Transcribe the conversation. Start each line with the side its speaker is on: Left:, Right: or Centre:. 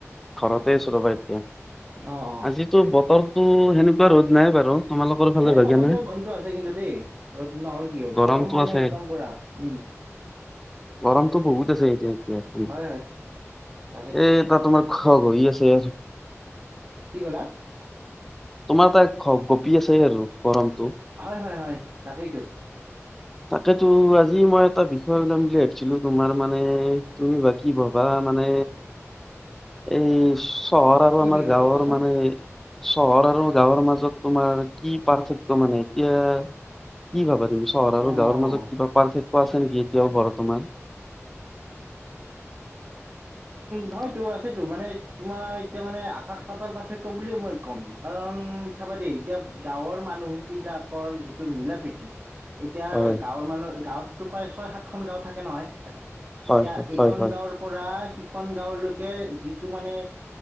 Centre: ঘৰতে আছোঁ ৰ'বা এতিয়া
Right: অঁ অঁ
Centre: আজিতো বতৰটো সেনেকুৱা ৰ'দ নাই বাৰু তোমালোকৰ ফালে
Right: এই
Centre: ভাগে
Right: তথাপিও
Centre: নে?
Right: গৰমটো আছে কিন্তু দেই ৰদ নহ'ল কি হ'ল
Centre: গৰমটো
Right: গৰম মানে
Centre: আছে
Right: একদম পুৰা উম
Centre: গৰমটো বহুত আছে এতিয়া এতিয়া
Right: হয় হয় তাকেইতো
Centre: এ ত তোমাৰ খ হৈ আছে।
Right: কি ক'লা
Centre: তোমাৰ তাত গপী আছে আৰু গৰম
Right: হয় হয় হয় তাকেইতো।
Centre: তাকেতো আজি মই এটা বিষয় ওলাম বুলি ভাবছিলো তোমাৰ মানে তুমিবা কি ভবা। মানে এই চহৰ আৰু
Right: কি
Centre: আমাৰ
Right: বিষয়
Centre: গাঁৱৰ
Right: কোৱাচোন
Centre: মানে চহৰ আৰু গাঁৱৰ মাজত তোমাৰ কি পাৰ্থক্য মানে। এতিয়া কি ভাবা তুমি চহৰ আৰু
Right: অঁ
Centre: গাঁৱৰ মাজত কিবা পাৰ্থক্য আছে নেকি এতিয়াও বৰত বৰ্তমান <inaudible>
Right: নহয়তো আছেতো মানে তোমাৰ এতিয়া মানে আকাশ পাতাৰ পাৰ্থক্য বুলিয়ে মই ক'ম কাৰণ চাবা দেই এতিয়া গাঁৱৰ মানুহবিলাকৰ যিটো মিলা প্ৰীতি এতিয়া
Centre: হয়
Right: গাঁৱৰ মানুহ গাঁৱততো প্ৰায় ছয় সাতখন গাঁও থাকে নহয়। এতিয়া
Centre: হয় হয়
Right: এইখন
Centre: হয় হয়।
Right: গাঁৱৰ পৰা সিখন গাঁৱলৈকে যিটো মানে